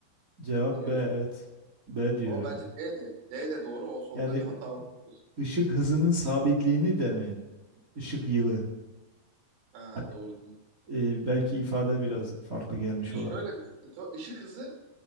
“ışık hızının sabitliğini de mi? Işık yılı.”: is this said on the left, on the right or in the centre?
Right